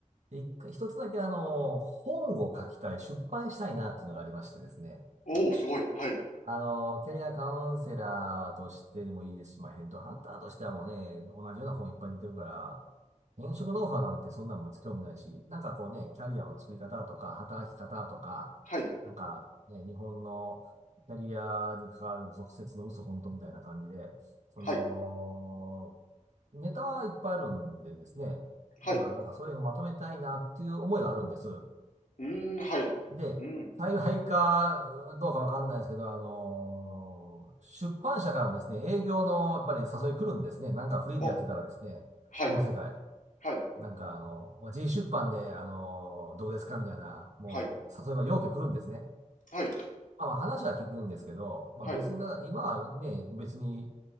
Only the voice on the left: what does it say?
おおすごい。はい。
はい、
はい、
はい。
うーん、はい。
うん。
お、はい、
はい、
はい、はい、
はい、